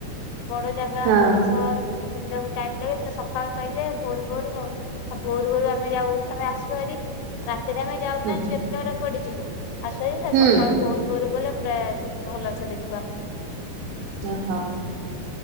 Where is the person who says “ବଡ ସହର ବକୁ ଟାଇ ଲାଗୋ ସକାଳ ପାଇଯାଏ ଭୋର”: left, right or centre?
Left